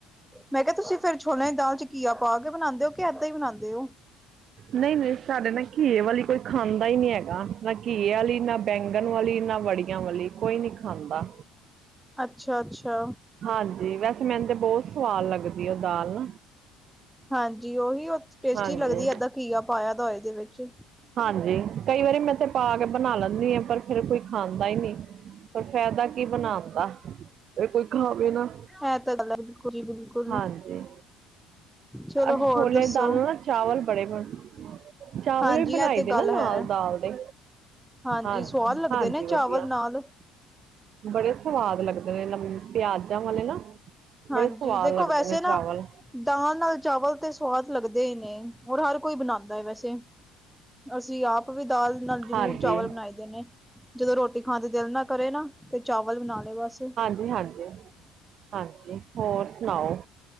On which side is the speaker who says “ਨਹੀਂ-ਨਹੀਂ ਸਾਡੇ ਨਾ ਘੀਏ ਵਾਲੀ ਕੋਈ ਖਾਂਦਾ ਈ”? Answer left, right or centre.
Right